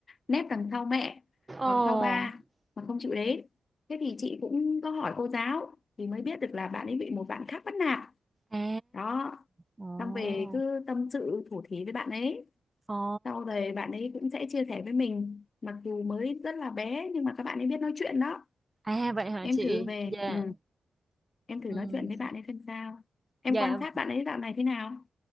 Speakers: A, on the left; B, on the right.
A: nép đằng sau mẹ hoặc
B: Ồ.
A: sau ba mà không chịu đến thế thì chị cũng có hỏi cô giáo thì mới biết được là bạn ấy bị một bạn khác bắt nạt
B: À.
A: đó
B: Ồ.
A: xong về cứ tâm sự thủ thí với bạn ấy
B: Ồ.
A: sau đấy bạn ấy cũng sẽ chia sẻ với mình mặc dù mới rất là bé nhưng mà các bạn ấy biết nói chuyện đó
B: À vậy hả
A: em
B: chị?
A: thử về
B: Dạ.
A: ừ. em thử
B: Ừ.
A: nói chuyện với bạn ấy xem sao em
B: Dạ
A: quan sát bạn ấy dạo này thế nào